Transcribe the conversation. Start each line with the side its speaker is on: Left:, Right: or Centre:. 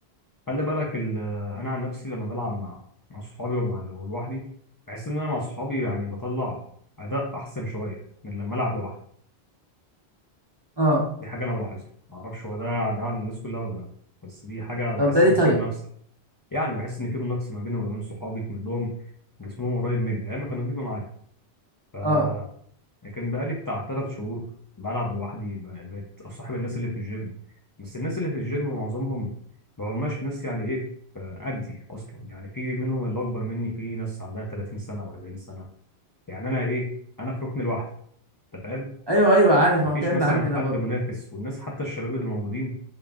Left: خلي بالك ال- آه، انا عن نفسي لما بلعب مع مع اصحابي ومع لوحدي بحس ان انا مع اصحابي يعني بطلع اداء احسن شويه من لما العب لوحدي
Right: اه
Left: دي حاجه انا بلاحظها ما اعرفش هو ده ده عند الناس كلها ولا لا بس دي حاجه بحس
Right: طب ده ليه
Left: ان
Right: طيب
Left: في منافسه يعني بحس ان في منافسه ما بيني وما بين صحابي كلهم جسمهم قريب مني ايام ما كانوا بيجوا معايا ف
Right: اه
Left: لكن بقالي بتاع ثلاث شهور بلعب لوحدي ب- بقيت اصاحب الناس اللي في الجيم بس الناس اللي في الجيم معظمهم ما هماش ناس يعني ايه آه، قدي اصلا يعني في منهم اللي اكبر مني في ناس عندها 30 سنه و40 سنه يعني انا ايه انا في ركن لوحدي انت فاهم
Right: ايوه ايوه عارف
Left: مفيش
Right: ما هو الكلام
Left: مثلا
Right: ده عندنا
Left: حد
Right: برضه
Left: منافس والناس حتى الشباب اللي موجودين